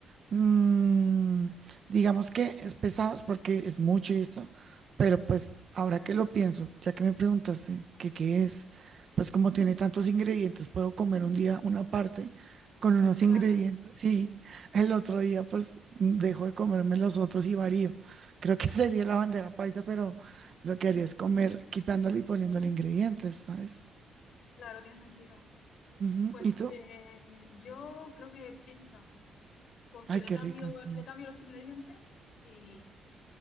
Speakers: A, on the right; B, on the left.
A: Mm, digamos que es pesado es porque es mucho y esto, pero pues ahora que lo pienso, ya que me preguntaste que qué es, pues como tiene tantos ingredientes, puedo comer un día una parte con unos ingredientes
B: Claro,
A: y el otro día pues dejo de comerme los otros y varío. Creo que <laughs> sería la bandeja paisa, pero lo que haría es comer quitándole y poniéndole ingredientes, ¿sabes?
B: claro, tiene sentido.
A: Ujú.
B: Pues
A: ¿Y tú?
B: eh, yo creo que pizza. porque
A: Ay,
B: le
A: qué
B: cambio,
A: rico, sí.
B: le cambio los ingredientes y